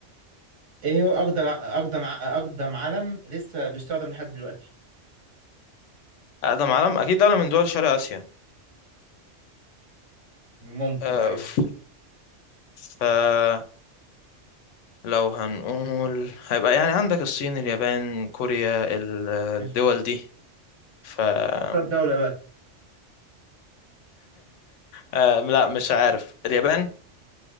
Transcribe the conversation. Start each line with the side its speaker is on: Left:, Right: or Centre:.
Right: ايه هو اقدم اقدم اقدم علم لسه بيستخدم لحد دلوقتي
Left: أقدم علم أكيد دولة من دول شرق آسيا
Right: ممكن
Left: أه
Right: ايوه
Left: ف... فلو هنقول هيبقى يعني عندك الصين اليابان كوريا ال- الدول
Right: ماشي
Left: دي ف
Right: اختار دولة
Left: <laughs>
Right: بقى
Left: أه لا مش عارف اليابان